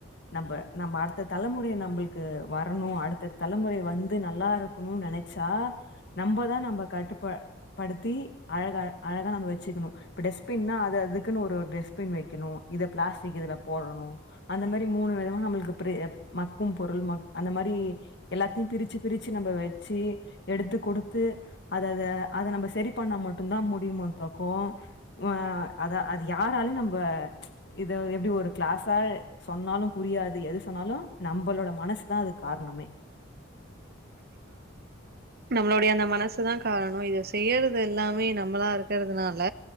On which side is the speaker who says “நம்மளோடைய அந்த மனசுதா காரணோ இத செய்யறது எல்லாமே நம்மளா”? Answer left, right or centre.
Right